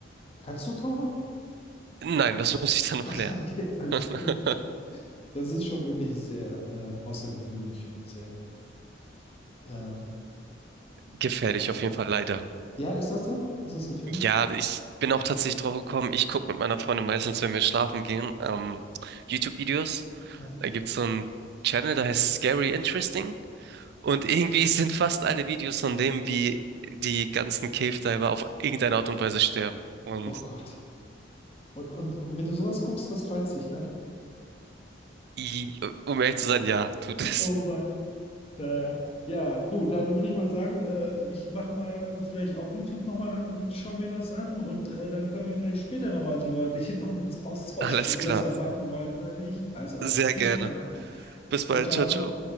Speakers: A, on the left (about 30°); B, on the right (about 60°).
A: Kannst du tauchen?
B: Nein, das muss ich dann noch
A: <laughs> Ach so,
B: lernen.
A: okay, alles
B: <laughs>
A: klar. Das ist schon wirklich sehr äh, außergewöhnlich und sehr. Äh,
B: Gefährlich
A: wa-
B: auf jeden Fall, leider.
A: ja, ist das doch? Ist das gefährlich?
B: Ja, ich bin auch tatsächlich drauf gekommen. Ich gucke mit meiner Freundin meistens, wenn wir schlafen gehen, ähm, YouTube-Videos.
A: Ja.
B: Da gibt's so einen Channel, der heißt Scary Interesting. Und irgendwie <laughs> sind fast alle Videos von dem, wie die ganzen Cave Diver auf irgendeine Art und Weise sterben. Und
A: Oh Gott. Und, und, und wenn du sowas guckst, das reizt dich dann.
B: i- um ehrlich zu sein, ja, tut
A: <laughs>
B: es.
A: Oh Mann. Naja. Ja, Ja, du, dann würde ich mal sagen, äh, ich mache mal vielleicht auch YouTube nochmal an und schaue mir das an und äh, dann können wir vielleicht später nochmal drüber <laughs> reden und uns austauschen,
B: <laughs> Alles
A: ob
B: klar.
A: wir das dann machen wollen oder nicht. Also,
B: Sehr
A: bis
B: gerne.
A: bald.
B: Bis bald.
A: Ciao, ciao.
B: Ciao, ciao.